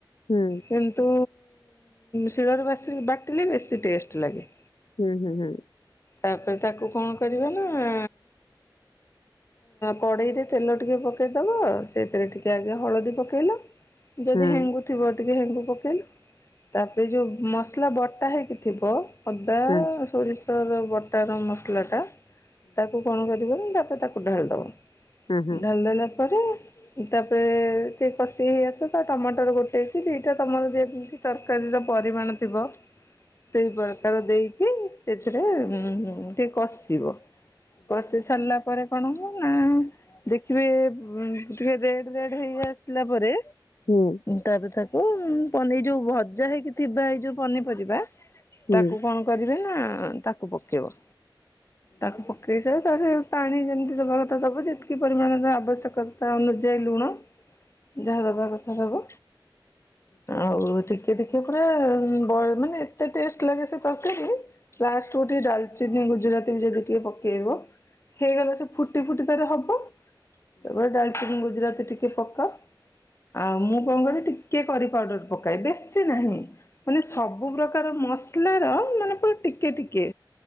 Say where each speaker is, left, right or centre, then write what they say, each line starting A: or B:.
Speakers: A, on the left; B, on the left.
A: ହୁଁ।
B: କିନ୍ତୁ ଶିଳରେ ବାଟିଲେ ବେଶୀ ଟେଷ୍ଟ ଲାଗେ।
A: ହୁଁ ହୁଁ ହୁଁ।
B: ତାପରେ ତାକୁ କଣ କରିବା ନା? କଡ଼େଇରେ ତେଲ ଟିକେ ପକେଇଦବ ସେଥିରେ ଟିକେ ଆଗେ ହଳଦୀ ପକେଇଲ। ଯଦି
A: ନାଇଁ
B: ହେଙ୍ଗୁ ଥିବ ଟିକେ ହେଙ୍ଗୁ ପକେଇକି ତାପରେ ଯୋଉ ମ ମସଲା ବଟା ହେଇକି ଥିବ ଅଦା
A: ଭଲ
B: ସୋରିଷର ବଟାର ମସଲା ଟା। ତାକୁ କଣ କରିବ ତାପରେ ତାକୁ ଢାଳି ଦବ
A: ହିସାବରେ
B: ଢାଳିଦଲା ପରେ। ତାପରେ ଟିକେ କଷି ହେଇ ଆସ ତା ଟମାଟର ଗୋଟେ ହେଇଛି ଦିଟା ତମର ଯେମିତି। ତରକାରୀର ପରିମାଣ ଥିବ। ସେଇ ପ୍ରକାର ଦେଇକି ସେଥିରେ ଉ ଟିକେ କଷିବ। ପଶି ସାରିଲା ପରେ। କଣ ହ ନା ଦେଖିବେ ଉ ଟିକେ ରେଡ ରେଡ ହେଇ ଆସିଲା ପରେ।
A: ହୁଁ।
B: ତାପରେ ତାକୁ ପନି ଏ ଯୋଉ ଭଜା ହେଇକି ଥିବା ଏଇ ଯୋଉ ପନିପରିବା
A: ହୁଁ ହୁଁ
B: ତାକୁ କଣ। କରିବେ ନା ତାକୁ ପକେଇବ ତାକୁ ପକେଇ। ତାରେ ପାଣି ଯେମିତି ଦେବା କଥା ଦବୁ ଯେତିକି ପରିମାଣର ଆବଶ୍ୟକତା ଅନୁଯାୟ ଲୁଣ
A: <inaudible>
B: ଯାହା ଦବା କଥା ଦବ ଆଉ ଟିକେ। ସେ ଟିକେ ପୁରା ବ୍ ମାନେ ଏତେ ଟଷ୍ଟ ଲାଗେ ସେ ତରକାରି ଲାଷ୍ଟଡା ଟିକେ ଡ଼ାଲ ସେ ନେଇ ଗୁଜୁରାତି ବି ଯଦି ଟିକେ ପକେଇବ ହେଇଗଲା ସେ ଫୁଟି ଫୁଟି ତାର ହବ ସେପ ଡାଲଚିନି ଗୁଜୁରାତି ଟିକେ ପକା ଆଉ ମୁଁ କଣ କରେ ଟିକେ। କିଏ କରି ପାଉଡର ପକାଏ ବେଶୀ ନାହିଁ ମାନେ ସବୁ ପ୍ରକାର ମସଲାର ମାନେ। ପୁଣି ଟିକେ ଟିକେ